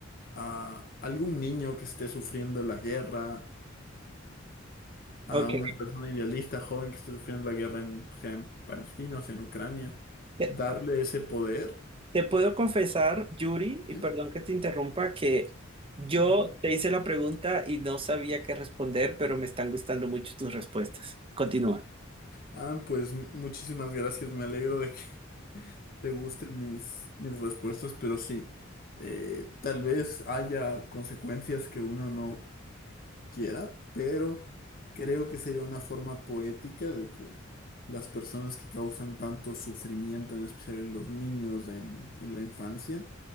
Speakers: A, on the left (about 50°); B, on the right (about 30°).
A: a algún niño que esté sufriendo la guerra, a
B: Ok.
A: una persona idealista, joven que esté sufriendo la guerra, en, sea en Palestina o sea en Ucrania,
B: Te,
A: darle ese poder.
B: te puedo confesar, Yuri, y
A: Sí.
B: perdón que te interrumpa, que yo
A: Ujú.
B: te hice la pregunta y no sabía qué responder, pero me están gustando mucho tus respuestas. Continúa.
A: Ah, pues m- muchísimas gracias, me alegro de que <laughs> te gusten mis, mis respuestas, pero sí, eh, tal vez haya consecuencias que uno no quiera, pero creo que sería una forma poética de que las personas que causan tanto sufrimiento, en especial en los niños, en, en la infancia,